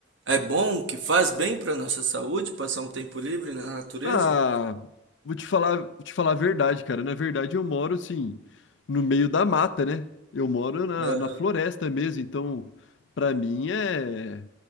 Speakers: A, on the right; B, on the left.
A: é bom, que faz bem para nossa saúde passar um tempo livre na natureza?
B: Ah, vou te falar, vou te falar a verdade, cara. Na verdade, eu moro assim, no meio da mata, né? Eu moro na,
A: Aham,
B: na floresta mesmo, então pra mim é